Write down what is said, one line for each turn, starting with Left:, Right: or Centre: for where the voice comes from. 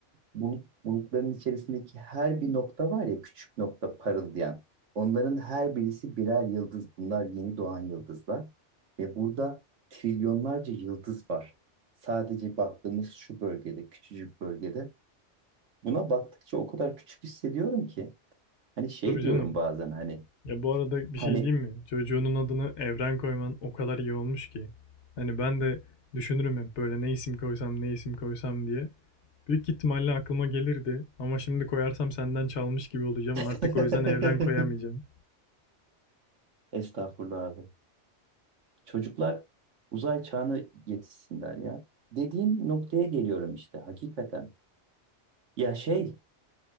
Right: bulut, bulutların içerisindeki her bir nokta var ya küçük nokta parıldayan. Onların her birisi birer yıldız. Bunlar yeni doğan yıldızlar. Ve burada trilyonlarca yıldız var. Sadece baktığımız şu bölgede, küçücük bölgede Buna baktıkça o kadar küçük hissediyorum ki. Hani şey
Left: Tabii
Right: diyorum
Left: canım.
Right: bazen hani.
Left: Ya bu arada bir
Right: Hani
Left: şey diyeyim mi? Çocuğunun adını Evren koyman o kadar iyi olmuş ki. Hani ben de düşünürüm hep böyle ne isim koysam ne isim koysam diye. Büyük ihtimalle aklıma gelirdi ama şimdi koyarsam senden çalmış gibi olacağım. Artık
Right: <laughs>
Left: o yüzden evren koyamayacağım.
Right: estağfurullah abi. Çocuklar uzay çağına yetişsinler ya. Dediğin noktaya geliyorum işte hakikaten. Ya şey